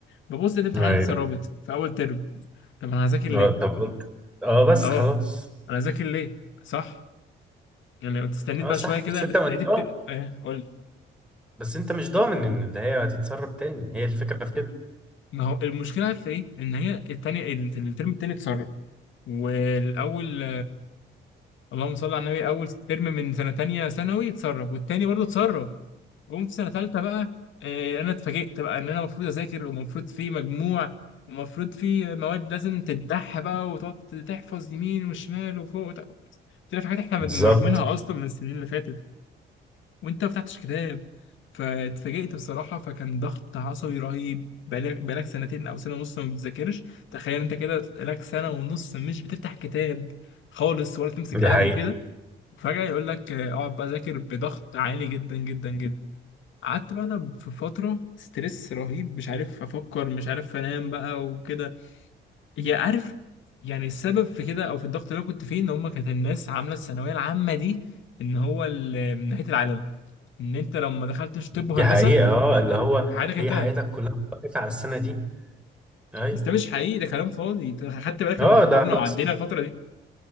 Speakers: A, on the left; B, in the centre.
A: ببص لقيت امتحانات
B: ايوه
A: اتسربت في أول ترم طب أنا هذاكر ليه؟
B: آه، طب قلت اه بس
A: أه
B: خلاص
A: أنا هذاكر ليه؟ صح؟ يعني كنت استنيت
B: اه
A: بقى
B: صح
A: شوية كده
B: بس انت
A: ل-
B: مش
A: لقيت
B: ضامن
A: الترم إيه قول
B: بس انت مش ضامن ان ده هي هتتسرب تاني هي الفكره في كده
A: ما هو المشكلة في إيه؟ إن هي التانية الترم التاني اتسرب والأول اللهم صل على النبي اول ترم من سنه تانية ثانوي اتسرب والتاني برضه اتسرب جم في سنه تالتة بقى آه، انا اتفاجئت بقى ان انا المفروض اذاكر ومفروض في مجموع ومفروض في مواد لازم تتدح بقى وتقعد تحفظ يمين وشمال وفوق وت- طلع في حاجات احنا
B: بالظبط
A: من- راكمينها اصلا من السنين اللي فاتت وانت ما فتحتش كتاب فاتفاجئت بصراحه فكان ضغط عصبي رهيب بقالك بقالك سنتين او سنه ونص ما بتذاكرش تخيل انت كده بقالك سنه ونص مش بتفتح كتاب خالص ولا تمسك
B: دي
A: قلم
B: حقيقة
A: وكده فجأة يقول لك آه، اقعد بقى ذاكر بضغط عالي جدا جدا جدا قعدت بقى انا في فترة ستريس رهيب مش عارف افكر مش عارف انام بقى وكده يا عارف يعني السبب في كده او في الضغط اللي انا كنت فيه ان هم كانت الناس عاملة الثانوية العامة دي ان هو ال- من نهاية العالم ان انت لو ما دخلتش طب
B: دي
A: وهندسة
B: حقيقة اه اللي هو
A: حياتك
B: هي
A: انتهت
B: حياتك كلها واقفة على السنة دي ايوه
A: بس ده مش حقيقي ده كلام فاضي انت خدت بالك
B: اه
A: لما كبرنا
B: ده هجص
A: وعدينا الفترة دي